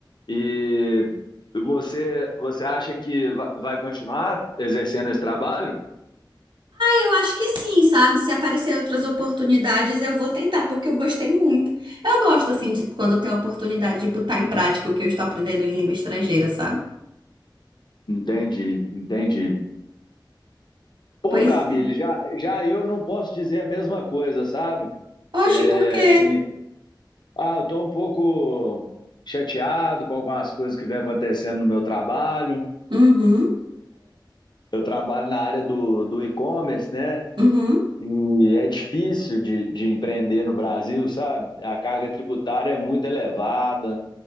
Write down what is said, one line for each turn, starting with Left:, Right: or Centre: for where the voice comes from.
Left: E você, você acha que va- vai continuar exercendo esse trabalho?
Right: Eu acho que sim, sabe? Se aparecer outras oportunidades, eu vou tentar, porque eu gostei muito. Eu gosto, assim, de quando eu tenho a oportunidade de botar em prática o que eu estou aprendendo em língua estrangeira, sabe?
Left: Entendi, entendi. Pô,
Right: Pois
Left: Camille,
Right: é.
Left: já, já eu não posso dizer a mesma coisa, sabe?
Right: Oxe,
Left: É,
Right: por quê?
Left: assim, ah, eu tô um pouco chateado com algumas coisas que vem acontecendo no meu trabalho.
Right: Uhum,
Left: Eu trabalho na área do, do e-commerce, né?
Right: uhum,
Left: E é difícil de, de empreender no Brasil, sabe? A carga tributária é muito elevada,